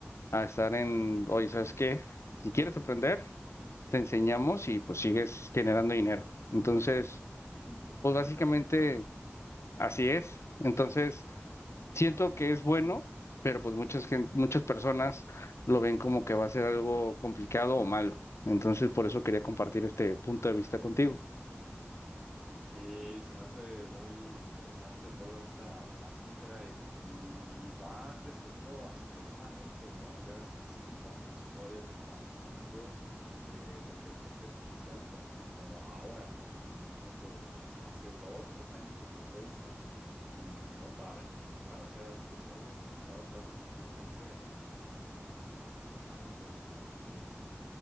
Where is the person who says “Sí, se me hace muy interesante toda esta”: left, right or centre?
Right